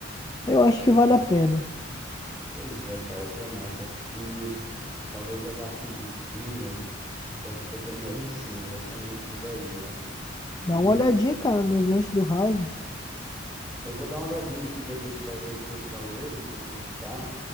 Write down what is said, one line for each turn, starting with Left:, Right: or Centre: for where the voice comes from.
Left: Eu acho
Centre: Pois
Left: que vale a
Centre: é.
Left: pena.
Centre: Pois é, cara, eu tô nessa. Acho que <sniffs> talvez eu vá pedir sim, meu, porque eu acho que eu tô <laughs> merecendo exatamente isso daí, ó. E
Left: Dá uma olhadinha, cara, nos lanches do House.
Centre: eu vou dar uma olhadinha aqui depois pra ver aqui os valores, ver como é que tá.